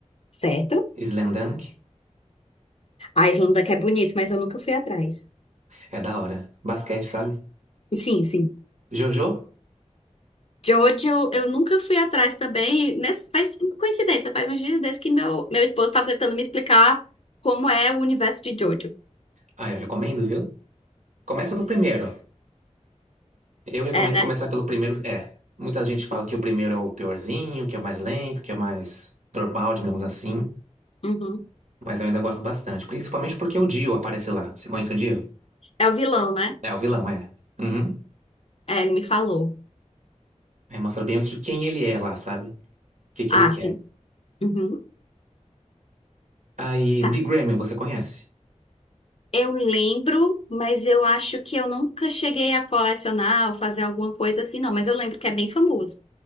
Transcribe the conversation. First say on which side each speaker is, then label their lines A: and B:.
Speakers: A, on the left; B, on the right.
A: <laughs> certo?
B: Slamdunk.
A: A Islândia que é bonito, mas eu nunca fui atrás.
B: É da hora. Basquete, sabe?
A: Sim, sim.
B: Jojo?
A: Jojo, eu nunca fui atrás também. Nessa, faz coincidência, faz uns dias desses que meu, meu esposo estava tentando me explicar como é o universo de Jojo.
B: Ah, eu recomendo, viu? Começa do primeiro. Eu recomendo
A: É, né?
B: começar pelo primeiro. É, muita gente
A: Sim.
B: fala que o primeiro é o piorzinho, que é o mais lento, que é o mais normal, digamos assim.
A: Uhum.
B: Mas eu ainda gosto bastante. Principalmente porque o Dio aparece lá. Você conhece o Dio?
A: É o vilão, né?
B: É, o vilão, é. Uhum.
A: É, ele me falou.
B: Aí mostra bem o que, quem ele é lá, sabe? O que, que
A: Ah,
B: ele quer.
A: sim. Uhum.
B: Aí,
A: Tá.
B: D. Grayman, você conhece?
A: Eu lembro, mas eu acho que eu nunca cheguei a colecionar ou fazer alguma coisa assim, não. Mas eu lembro que é bem famoso.